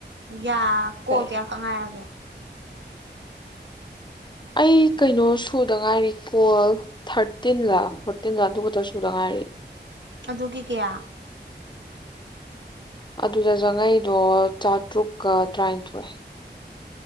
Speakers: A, on the right; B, on the left.
A: ꯌꯥ ꯀꯣꯜ
B: ꯀꯩ
A: ꯀꯌꯥ ꯈꯪ ꯉꯥꯏꯔꯒꯦ
B: ꯑꯩ ꯀꯩꯅꯣ ꯊꯨꯗ ꯉꯥꯏꯔꯤ ꯀꯣꯜ ꯊꯥꯔꯠ ꯐꯣꯔꯇꯤꯟ ꯂꯥ ꯐꯣꯔꯇꯤꯟ ꯂꯥ ꯑꯗꯨꯕꯨꯗ ꯁꯨꯗ ꯉꯥꯏꯔꯤ
A: ꯑꯗꯨꯒꯤ ꯀꯌꯥ
B: ꯑꯗꯨꯗꯖꯪꯉꯩꯏꯗꯣ ꯇ꯭ꯔꯨꯛꯀ ꯇꯔꯥꯅꯤꯊꯣꯏ